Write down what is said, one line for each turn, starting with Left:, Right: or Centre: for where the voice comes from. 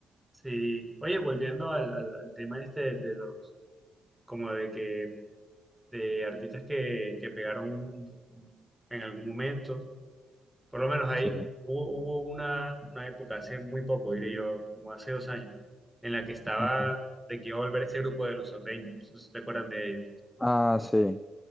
Centre: Sí, oye, volviendo al, al- al tema este de los, como de que, de artistas que, que pegaron un- en algún momento, por lo menos ahí
Left: Sí.
Centre: hubo, hubo una, una época, hace muy poco, diré yo, como hace dos años, en la que estaba
Left: Ujú.
Centre: de que iba a volver ese grupo de los Avengers, no sé si te acuerdas de ellos.
Left: Ah, sí,